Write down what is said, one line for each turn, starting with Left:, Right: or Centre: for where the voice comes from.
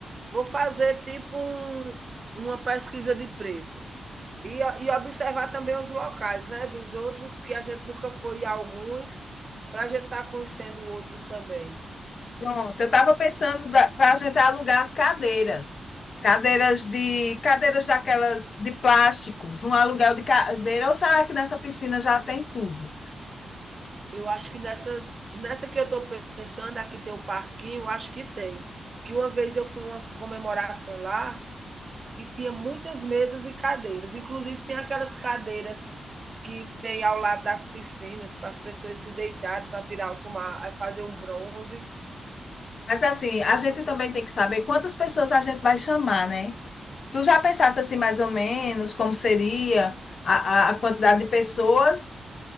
Right: Vou fazer tipo um, uma pesquisa de preços. E, e observar também os locais, né? Dos outros, que a gente nunca foi a alguns, para a gente estar tá conhecendo outros também.
Left: pronto, eu estava pensando para a gente alugar as cadeiras. Cadeiras de cadeiras daquelas de plásticos, um aluguel de cadeira, ou será que nessa piscina já tem tudo?
Right: Eu acho que nessa, nessa que eu estou pensando, aqui tem um parquinho, eu acho que tem. Que uma vez eu fui uma comemoração lá e tinha muitas mesas e cadeiras. Inclusive, tem aquelas cadeiras que tem ao lado das piscinas, para as pessoas se deitarem, para tirar, tomar, fazer um bronze.
Left: Mas assim, a gente também tem que saber quantas pessoas a gente vai chamar, né? Tu já pensaste assim, mais ou menos, como seria a, a, a quantidade de pessoas,